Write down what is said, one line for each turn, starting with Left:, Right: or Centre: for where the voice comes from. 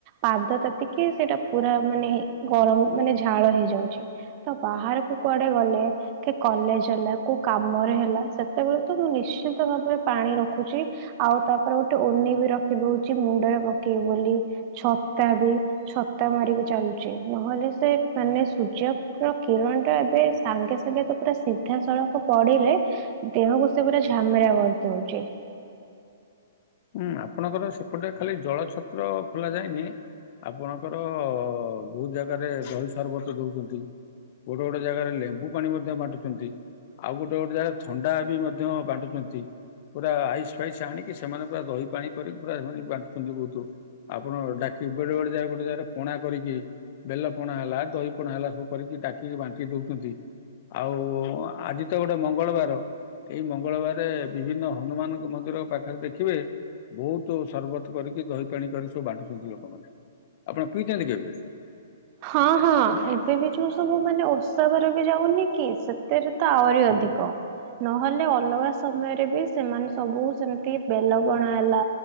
Right: ପାଦ ତାତିକି ସେଇଟା ପୁରା ମାନେ ଗରମ ମାନେ ଝାଳ ହେଇଯାଉଛି। ତ ବାହାରକୁ କୁଆଡେ ଗଲେ କି କଲେଜ ହେଲା କୋଉ କାମରେ ହେଲା ସେତେବେଳେ ତ ମୁଁ ନିଶ୍ଚିନ୍ତ ଭାବରେ ପାଣି ରଖୁଛି। ଆଉ ତାପରେ ଗୋଟେ ଓନି ବି ରଖି ଦଉଛି ମୁଣ୍ଡରେ ପକେଇବି ବୋଲି। ଛତା ବି ଛତା ମାରିକି ଚାଲୁଛି ନହେଲେ ସେ ମାନେ ସୂର୍ଯ୍ୟ କିରଣଟା ଏବେ ସାଙ୍ଗେ ସାଙ୍ଗେ ତ ପୁରା ସିଧାସଳଖ ପଡିଲେ ଦେହକୁ ସେ ପୁରା ଝାମେରା କରିଦଉଛି।
Left: ହୁଁ ଆପଣଙ୍କର ସେପଟେ ଖାଲି ଜଳଛତ୍ର ଖୋଲା ଯାଏନି ଆପଣଙ୍କର ବହୁ ଜାଗାରେ ଦହି ସରବତ ଦଉଛନ୍ତି। ଗୋଟେ ଗୋଟେ ଜାଗାରେ ଲେମ୍ବୁ ପାଣି ମଧ୍ୟ ବାଣ୍ଟୁଛନ୍ତି। ଆଉ ଗୋଟେ ଗୋଟେ ଜାଗାରେ ଥଣ୍ଡା ବି ମଧ୍ୟ ବାଣ୍ଟୁଛନ୍ତି ପୁରା ଆଇସ୍ ଫାଇସ୍ ଆଣି କି ସେମାନେ ପୁରା ଦହି ପାଣି କରିକି ପୁରା ବାଣ୍ଟୁଛନ୍ତି ବହୁତୁ। ଆପଣ ଡାକି ବେଳେ ବେଳେ ଜାଗା ଗୋଟେ ଜାଗାରେ ପଣା କରିକି ବେଲ ପଣା ହେଲା ଦହି ପଣା ହେଲା ସବୁ କରିକି ଡାକିକି ବାଣ୍ଟି ଦଉଛନ୍ତି। ଆଉ ଆଜି ତ ଗୋଟେ ମଙ୍ଗଳବାର। ଏଇ ମଙ୍ଗଳବାରେ ବିଭିନ୍ନ ହନୁମାନଙ୍କ ମନ୍ଦିର ପାଖ ରେ ଦେଖିବେ ବହୁତ ସରବତ କରିକି ଦହି ପାଣି କରି ସବୁ ବାଣ୍ଟୁଛନ୍ତି ଲୋକମାନେ। ଆପଣ ପଇଛନ୍ତି କେବେ?
Right: ହଁ ହଁ ଏବେ ବି ଯୋଉ ସବୁ ମାନେ ଓଷାାବାର ବି ଯାଉନି କି ସେ ସେତେରେ ତ ଆହୁରି
Left: ହୁଁ
Right: ଅଧିକ। ନହେଲେ ଅଲଗା ସମୟରେ ବି ସେମାନେ ସବୁ ସେମିତି ବେଲ ପଣା ହେଲା